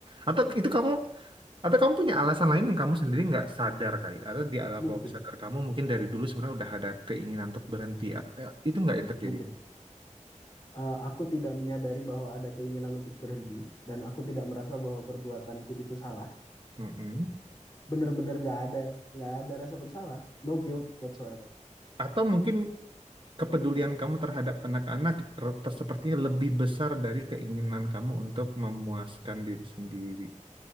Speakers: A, on the right; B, on the left.
A: Atau itu kamu atau kamu punya alasan lain yang kamu sendiri nggak sadar kali atau di alam
B: Mungkin,
A: bawah sadar kamu mungkin dari dulu sebenarnya udah ada keinginan untuk berhenti. Ya, eh, Itu nggak yang terjadi.
B: mungkin. Eh, aku tidak menyadari bahwa ada keinginan untuk berhenti dan aku tidak merasa bahwa perbuatanku itu salah.
A: Mm-mm.
B: Bener-bener nggak ada, nggak ada rasa bersalah. No guilt whatsoever.
A: Atau mungkin kepedulian kamu terhadap anak-anak ter- ter- sepertinya lebih besar dari keinginan kamu untuk memuaskan diri sendiri.